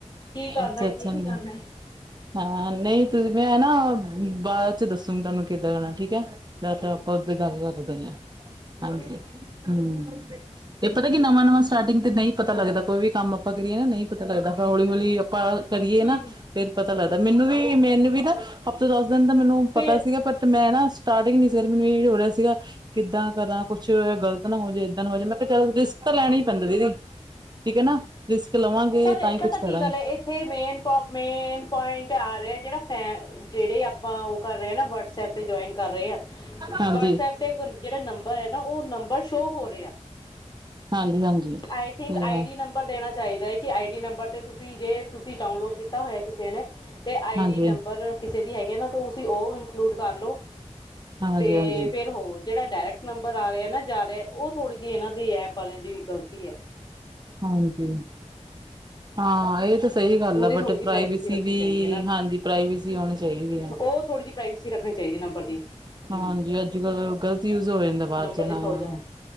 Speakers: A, on the left (about 35°); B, on the right (about 35°).
A: ਕੀ ਕਰਨਾ,
B: ਅੱਛਾ-ਅੱਛਾ
A: ਕੀ ਨਹੀਂ ਕਰਨਾ।
B: ਹਾਂ, ਨਹੀਂ, ਤੁਸੀਂ ਮੈਂ ਨਾ ਬਾਅਦ'ਚ ਦੱਸੂੰਗੀ ਤੁਹਾਨੂੰ ਕਿੱਦਾਂ ਜਾਣਾ, ਠੀਕ ਹੈ। ਜਾਂ ਤਾ ਆਪਾਂ ਉਧਰ ਗੱਲ ਕਰਦੇ ਆਂ,
A: ਓਕੇ
B: ਹਾਂਜੀ, ਹੂੰ ਤੇ ਪਤਾ ਕੀ, ਨਵਾਂ-ਨਵਾਂ ਸਟਾਰਟਿੰਗ ਤੇ ਨਹੀਂ ਪਤਾ ਲੱਗਦਾ, ਕੋਈ ਵੀ ਕੰਮ ਆਪਾਂ ਕਰੀਏ ਨਾ ਨਹੀਂ ਪਤਾ ਲੱਗਦਾ। ਫਿਰ ਹੌਲੀ-ਹੌਲੀ ਪਾ ਕਰੀਏ
A: ਹੂੰ
B: ਨਾ,
A: ਹੂੰ
B: ਫਿਰ ਪਤਾ ਲੱਗਦਾ, ਮੈਨੂੰ ਵੀ, ਮੈਨ ਵੀ ਨਾ ਹਫ਼ਤੇ, ਦਸ-ਦਿਨ ਦਾ ਮੈਨੂੰ
A: ਫਿਰ
B: ਪਤਾ ਸੀਗਾ, ਪਰ ਤੇ ਮੈਂ ਨਾ, ਸਟਾਰਟਿੰਗ ਨੀ ਸਵੇਰ ਮੈਨੂੰ ਇਹ ਹੋ ਰਿਹਾ ਸੀਗਾ ਕਿੱਦਾਂ ਕਰਾਂ ਕੁਛ ਗਲਤ ਨਾ ਹੋਜੇ, ਇਦਾਂ ਨਾ ਹੋਜੇ, ਮੈਂ ਕਿਹਾ ਚੱਲ ਰਿਸਕ ਤਾਂ ਲੈਣਾ ਹੀ ਪੈਂਦਾ ਦੀਦੀ। ਠੀਕ ਹੈ ਨਾ, ਰਿਸਕ ਲਵਾਂਗੇ
A: ਪਰ
B: ਤਾਂ ਹੀ
A: ਪਤਾ
B: ਕੁਛ
A: ਕੀ
B: ਕਰਾਂਗੇ।
A: ਗੱਲ ਹੈ ਇੱਥੇ, ਮੇਨ ਪ ਮੇਨ ਪੁਆਇੰਟ ਆ ਰਿਹਾ ਜਿਹੜਾ ਫੈ ਜਿਹੜੇ ਆਪਾਂ ਉਹ ਕਰ ਰਹੇ ਹਾਂ ਨਾ, ਵਟਸਐਪ 'ਤੇ ਜੁਆਇਨ ਕਰ ਰਹੇ ਹਾਂ,
B: ਹਾਂਜੀ
A: ਵਟਸਐਪ ਤੇ ਜਿਹੜਾ ਨੰਬਰ ਹੈ ਨਾ, ਉਹ ਨੰਬਰ ਸ਼ੋਅ ਹੋ ਰਿਹਾ।
B: ਹਾਂਜੀ-ਹਾਂਜੀ
A: ਆਈ ਥਿੰਕ,
B: ਸਹੀ
A: ਆਈ
B: ਗੱਲ
A: ਡੀ ਨੰ ਦੇਣਾ ਚਾਹੀਦਾ ਹੈ ਕਿ, ਆਈਡੀ ਨੰਬਰ ਤੇ ਤੁਸੀਂ, ਜੇ ਤੁਸੀਂ ਡਾਊਨਲੋਡ ਕੀਤਾ ਹੋਇਆ ਕਿਸੇ ਨੇ ਤੇ ਆਈਡੀ
B: ਹਾਂਜੀ,
A: ਨੰਬਰ ਕਿਸੇ ਦੀ ਹੈਗੀ ਆ ਨਾ, ਤੁਸੀ ਉਹ ਇਨਕਲੂਡ ਕਰਲੋ।
B: ਹਾਂਜੀ-ਹਾਂਜੀ,
A: ਤੇ,
B: ਹਾਂਜੀ
A: ਫਿਰ ਹੋਰ ਜਿਹੜਾ ਡਾਇਰੈਕਟ ਨੰਬਰ ਆ ਰਿਹਾ, ਨਾ ਜਾ ਰਿਹਾ, ਉਹ ਥੋੜੀ ਜਿਹੀ ਇਹਨਾਂ ਦੀ ਐਪ ਵਾਲਿਆਂ ਦੀ ਗ਼ਲਤੀ ਐ।
B: ਹਾਂਜੀ, ਹਾਂ, ਇਹ ਤਾ ਸਹੀ ਗੱਲ
A: ਉਹਦੀ
B: ਆ ਬਟ,
A: ਥੋੜ੍ਹੀ ਜਿਹੀ
B: ਪ੍ਰਾਈਵੇਸੀ
A: ਰੱਖਣੀ
B: ਵੀ,
A: ਚਾਹੀਦੀ
B: ਹਾਂਜੀ ਪ੍ਰਾਈਵੇਸੀ ਹੋਣੀ ਚਾਹੀਦੀ ਆ।
A: ਓ ਥੋੜੀ ਜਿਹੀ ਪ੍ਰਾਈਵੇਸੀ ਰੱਖਣੀ ਚਾਹੀਦੀ ਨੰਬਰ ਦੀ।
B: ਹਾਂਜੀ,
A: ਹੂੰ
B: ਅੱਜ-ਕੱਲ ਗ਼ਲਤ ਯੂਜ ਹੋ ਜਾਂਦਾ ਬਾਅਦ'ਚ
A: ਨੰਬਰ
B: ਹਾਂ।
A: ਦੀ ਥੋੜ੍ਹਾ